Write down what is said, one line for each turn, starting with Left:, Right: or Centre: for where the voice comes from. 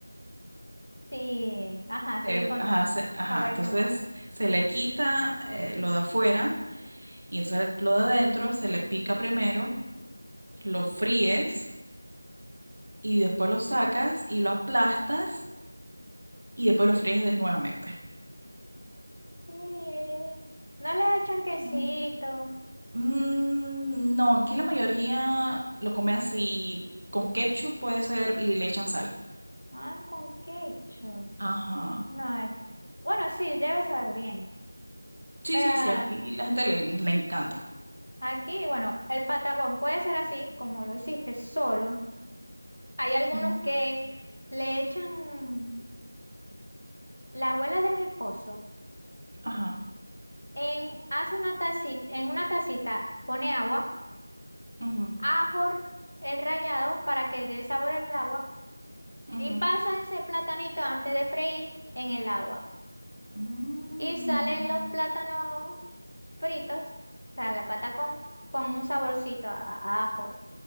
Left: Sí, ajá, seguí
Right: Se-
Left: contando,
Right: ajá, se- ajá,
Left: para ver
Right: entonces
Left: cómo es.
Right: se le quita eh, lo de afuera y entonces lo de adentro se le pica primero, lo fríes y después lo sacas y lo aplastas y después lo fríes de- nuevamente.
Left: Sí, no le echan quesito.
Right: Mm, mm, no, aquí la mayoría lo come así, con ketchup puede ser y le echan sal.
Left: Ah, con ketchup.
Right: Ajá.
Left: No, hay- bueno, sí, debe saber bien.
Right: Sí,
Left: Pero
Right: sí,
Left: ah,
Right: sí, aquí la gente le, le encanta.
Left: aquí, bueno, el patacón puede ser así, como lo hiciste solo. Hay algunos
Right: Mm.
Left: que le echan, la abuela de mi esposo,
Right: Ajá.
Left: en, hace una tacita, en una tacita pone agua,
Right: ujú,
Left: ajo el rallado para que dé sabor al agua
Right: ujú.
Left: y pasa ese platanito antes de freír en el agua.
Right: Mm.
Left: Y salen los plátanos fritos, o sea, la patacón, con un saborcito a, a ajo.